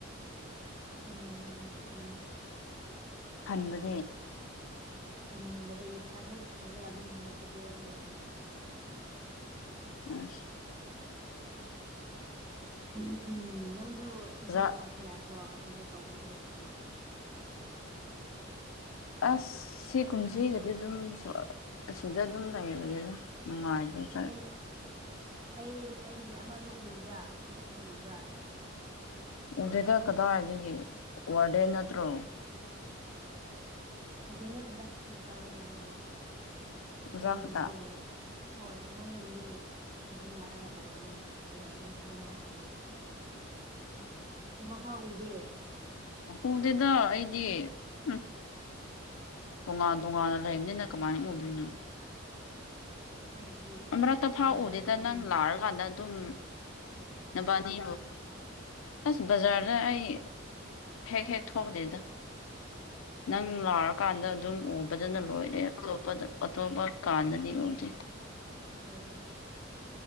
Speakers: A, on the right; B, on the left.
A: ꯎꯝ ꯉꯅꯤ ꯉꯅꯤ
B: ꯍꯟꯗꯤ
A: ꯍꯟꯕꯗꯤ ꯇꯔꯨꯛ ꯍꯦꯜꯂꯒ ꯑꯗꯨꯝ ꯍꯂꯜꯂꯤꯁꯦ ꯕꯦꯟ ꯌꯧꯗ꯭ꯔꯤꯀꯥꯟꯗ
B: ꯑ
A: ꯝ ꯅꯪꯁꯨ ꯁꯤꯗ
B: ꯑꯣꯖꯥ
A: ꯂ ꯂ ꯌꯥꯗ꯭ꯔꯣ ꯑꯁꯣꯝꯗ ꯇꯧꯕ ꯁꯔꯨꯛꯇꯤ
B: ꯑꯁ ꯁꯤ ꯀꯨꯝꯁꯤꯒꯗꯤ ꯑꯗꯨꯝ ꯑꯁꯤꯗ ꯑꯗꯨꯝ ꯂꯩꯕꯒꯤꯗ ꯅꯨꯡꯉꯥꯏꯗꯣꯏ
A: ꯑꯩ ꯑꯩ ꯑꯩꯒꯤ ꯑꯃꯗ ꯎꯕ꯭ꯔꯥ ꯍꯦꯛ ꯍꯦꯛ ꯎꯕ꯭ꯔꯥ
B: ꯃꯗ ꯀꯗꯥꯏꯗꯒꯤ ꯋꯥꯔꯗꯦꯟ ꯅꯠꯇ꯭ꯔꯣ
A: ꯐꯗꯦ ꯅꯠꯇꯦꯗ ꯇꯤꯆꯥꯔꯅꯦ ꯃꯥꯅꯦ
B: ꯑꯣꯖꯥ
A: ꯃꯣꯏ
B: ꯈꯛꯇ
A: ꯌꯨꯝꯗꯒꯤ ꯍꯣꯏ ꯃꯣꯏ ꯌꯨꯝꯗꯒꯤ ꯑꯗꯨꯝ ꯂꯥꯛꯑꯒ ꯇꯧꯕꯅꯦ ꯑꯗꯨꯒ ꯑꯗꯨꯝ ꯑꯗꯨꯝꯃꯥꯏꯅꯍꯜꯂꯦ ꯑꯃ ꯐꯥꯎꯎꯗꯦ
B: ꯎꯗꯗ ꯑꯩꯗꯤ ꯎꯝ ꯇꯣꯉꯥꯟ ꯇꯣꯉꯥꯟꯅ ꯂꯩꯔꯕꯅꯤꯅ ꯀꯃꯥꯏꯅ ꯎꯗꯣꯏꯅꯣ
A: ꯍꯥꯏꯗꯤ
B: ꯑꯃꯛꯇ ꯐꯥꯎꯎꯗꯨꯗ
A: ꯕꯖꯥꯔꯗꯒꯨꯝꯕ
B: ꯅꯪ ꯂꯥꯛꯑꯀꯥꯟꯗ ꯑꯗꯨꯝ ꯅꯕꯥꯅꯤ ꯑꯁ ꯕꯖꯥꯔꯗ ꯑꯩ ꯍꯦꯛ ꯍꯦꯛ ꯊꯣꯛꯂꯦꯗ ꯅꯪ
A: ꯑꯣ ꯑꯣ
B: ꯂꯥꯛꯔꯀꯥꯟꯗ
A: ꯑꯣ
B: ꯑꯗꯨꯝ ꯎꯕꯗꯅ ꯂꯣꯏꯔꯦ ꯑꯇꯣꯞꯄꯗ ꯑꯇꯣꯞꯄ ꯀꯥꯟꯗꯗꯤ ꯎꯗꯦ
A: ꯑꯣ ꯑꯣ